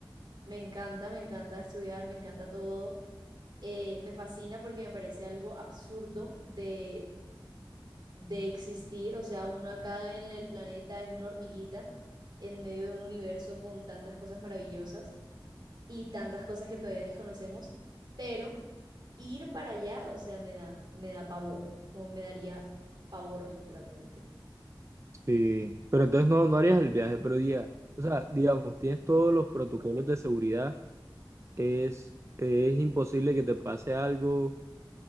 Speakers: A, on the right (about 60°); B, on the right (about 35°).
A: Me encanta, me encanta estudiar, me encanta todo. Eh, me fascina porque me parece algo absurdo de, de existir. O sea, uno acá en el planeta es una hormiguita en medio de un universo con tantas cosas maravillosas. y tantas cosas que todavía desconocemos, pero ir para allá, o sea, me da, me da pavor, como me daría pavor literalmente.
B: sí. Pero entonces no, no harías el viaje, pero diga, o sea, digamos, tienes todos los protocolos de seguridad, es, es imposible que te pase algo.